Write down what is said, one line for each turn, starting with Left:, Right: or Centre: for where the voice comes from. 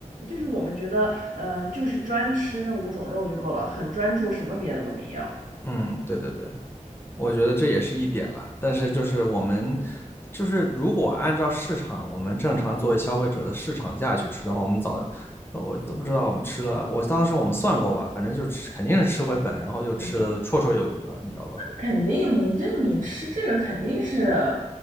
Right: 就是我们觉得，呃，就是专吃那五种肉就够了，很专注，什么别的都没要。
Left: 嗯，对对对，我觉得这也是一点啦。但是就是我们就是如果按照市场，我们正常作为消费者的市场价去吃的话，我们早就我都不知道我们吃了，我当时我们算过吧，反正就吃肯定是吃回本，然后就吃的绰绰有余了，
Right: 嗯
Left: 你知道吧？
Right: 肯定你这你吃这个肯定是，